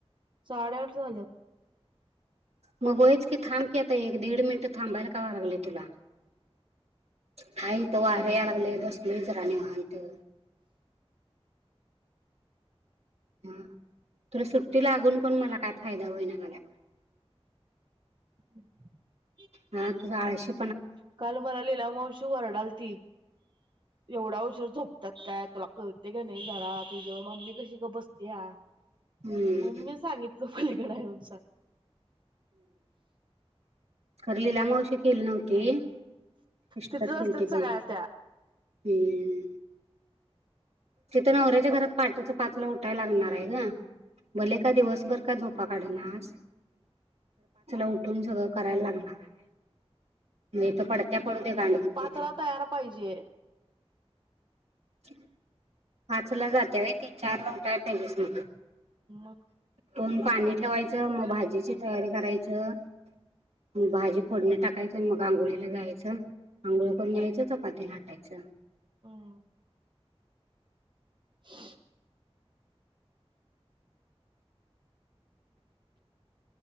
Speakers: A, on the right; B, on the right.
A: साडेआठ झाल्यात.
B: मंग व्हईच की थांब आता एक दीड मिनिट थांबायला काय व्हाया लागल तुला. हा इथं
A: हम्म.
B: वार यायला लागलं बस राणीचा राजमहल ईथ ह तुला सुट्टी लागून पण मला काय फायदा होईना गड्या.
A: <inaudible>
B: हा तुझा आळशी
A: काल मला लीला मावशी ओरडायला आलती एवढा उशिरा झोपतात काय तुला कळतं का नाही जरा मम्मी कशी गप बस्ती. या मम्मीने
B: हम्म
A: सांगितलं पलीकडे हाय म्हणून सांग.
B: खरी लीला मावशी गेली नव्हती. सिस्टर
A: तिथं
B: केलती
A: असतात
B: बाई
A: सगळ्या त्या.
B: हम्म तिथं नवऱ्याच्या घरात पहाटे पाचला उठायला लागणार आहे ग भले का दिवसभर झोपा काढ ना आज उठून सगळं करा लागणार. नाही तो पडत्या पडू दे गाणं
A: पाचला तयार पाहिजे
B: <inaudible> पाच ला जाते ती चारला उठायला पाहिजे तीन.
A: मग
B: पण पाणी ठेवायचं मग भाजी तिची तयारी करायचं मग भाजी फोडणीला टाकायची मग आंघोळीला जायच. अंघोळ करून यायचं चपात्या लाटायच्या.
A: हम्म <inaudible>